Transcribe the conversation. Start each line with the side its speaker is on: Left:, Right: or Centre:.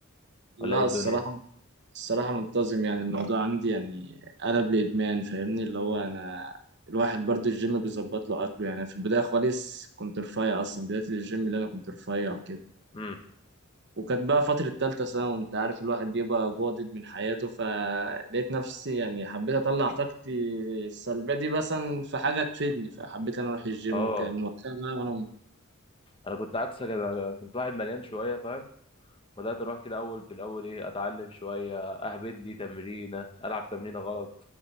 Right: لا
Left: ولا ايه الدنيا
Right: الصراحه الصراحه منتظم يعني الموضوع عندي يعني قلب لادمان فاهمني اللي هو انا الواحد برضه الجيم بيظبط له اكله يعني في البدايه خالص كنت رفيع اصلا بدايه الجيم اللي انا كنت رفيع وكده
Left: امم
Right: وكانت بقى فتره تالتة ثانوي وانت عارف الواحد بيبقى جادد من حياته فلقيت نفسي يعني حبيت اطلع طاقتي السلبيه دي مثلا في حاجه تفيدني فحبيت انا اروح الجيم
Left: اه
Right: وكده من وقتها بقى وانا
Left: انا كنت عكسك انا كنت واحد مليان شوية فاهم بدأت اروح كده اول في الاول ايه اتعلم شوية اهبد لي تمرينة العب تمرينة غلط